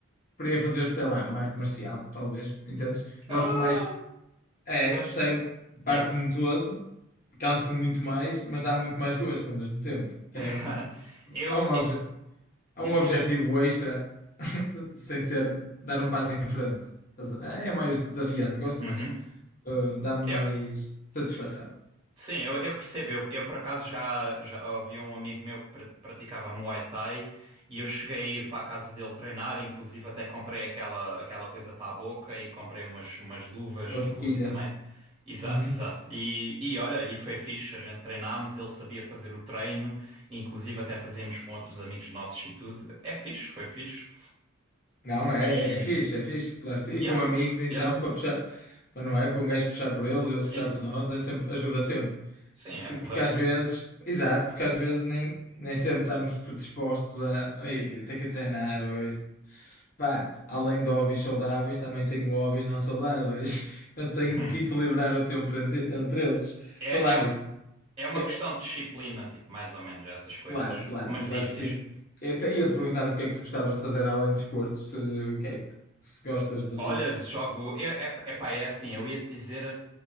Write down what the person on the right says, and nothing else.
Ah,
pois,
yeah.
<laughs>
Eu,
eu- Diz,
diz.
Uhum.
Eu,
Sim, eu, eu percebo. Eu, eu, por acaso já, já havia um amigo meu que pra- praticava Muay Thai e eu cheguei a ir para a casa dele treinar, inclusive até comprei aquela, aquela coisa para a boca e comprei umas, umas luvas,
incluso
também. Exato,
exato. E, e olha, e foi fixe, a gente treinámos, ele sabia fazer o treino, inclusive até fazíamos com outros amigos nossos e tudo. É fixe, foi fixe.
E.
Yeah,
yeah,
sim,
sim, é
porreiro.
<laughs>
Hum.
É,
é,
É uma
questão de disciplina, tipo, mais ou menos, essas coisas.
Mas
diz,
diz.
Olha, jogo. É, é, é pá, é assim, eu ia te dizer eh,